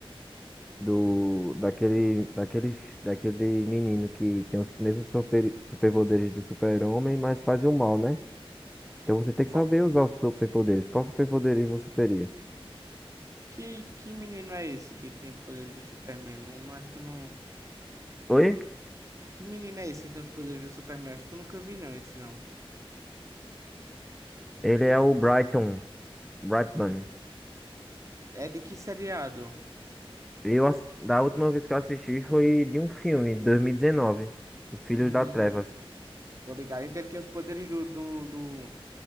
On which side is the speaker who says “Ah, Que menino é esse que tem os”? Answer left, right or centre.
Right